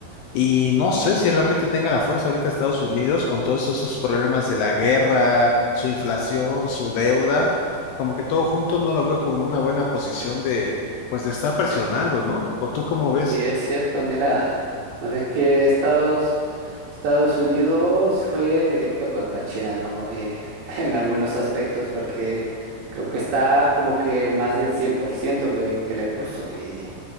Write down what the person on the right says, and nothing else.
Sí es cierto, mira, no ves que Estados, Estados Unidos fue directo contra China, ¿no? Eh, <laughs> en algunos aspectos, porque creo que está como que el más del 100% que, que le puso. Y,